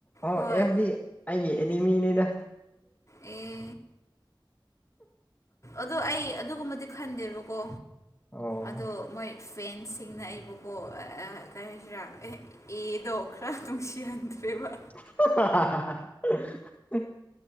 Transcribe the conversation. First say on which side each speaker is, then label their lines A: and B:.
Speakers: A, on the left (about 20°); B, on the left (about 35°).
A: ꯑꯣ
B: ꯍꯣꯏ
A: ꯑꯦꯐꯗꯤ ꯑꯩꯒꯤ ꯑꯦꯅꯤꯃꯤꯅꯤꯗ
B: ꯑꯦ ꯑꯗꯨ ꯑꯩ ꯑꯗꯨꯒꯨꯝꯕꯗꯤ ꯈꯟꯗꯦꯕꯀꯣ
A: ꯑꯣ
B: ꯑꯗꯣ ꯃꯣꯏ ꯐꯦꯟꯁꯤꯡꯅ ꯑꯩꯕꯨ ꯑꯣ ꯀꯔꯤꯒꯤꯔꯥ ꯑꯦ ꯑꯦꯗꯣ ꯈꯔ ꯅꯨꯡꯁꯤꯍꯟꯗ꯭ꯔꯦꯕ
A: <unintelligible>